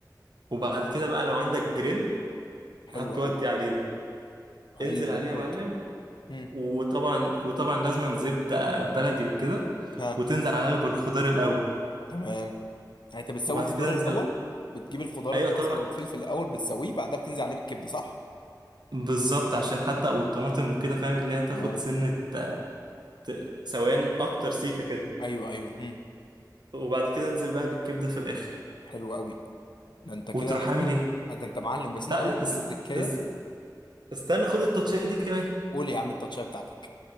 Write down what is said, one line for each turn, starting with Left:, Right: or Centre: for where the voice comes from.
Right: وبعد كده بقى لو عندك جريل
Left: حلو
Right: هتودي
Left: قوي
Right: عليه ده
Left: حلو
Right: انزل عليه يا
Left: موت
Right: معلم
Left: هم
Right: وطبعا وطبعا لازم زبده بلدي وكده
Left: ها
Right: وتنزل عليها بالخضار الاول
Left: تمام يعني انت بتسوي
Right: وبعد
Left: الخضار
Right: كده انزل
Left: الاول بتجيب الخضار
Right: ايوه
Left: البصل
Right: طبعا
Left: والفلفل الاول بتسويه بعدها بتنزل عليه بالكبده صح
Right: بالظبط عشان حتى والطماطم وكده فاهم اللي هي تاخد
Left: تمام
Right: سنة آه، ت- سوان أكتر سيكة كده
Left: ايوه ايوه
Right: وبعد كده انزل بقى بالكبدة في الآخر
Left: حلو قوي ده انت كده
Right: وتروح عامل
Left: يعني
Right: إيه؟
Left: آه، ده انت معلم بس
Right: لا
Left: انا اقول لك على
Right: اس...
Left: التركايه
Right: اس... استنى خد التطشية دي كمان
Left: قول يا عم التاتشايه بتاعتك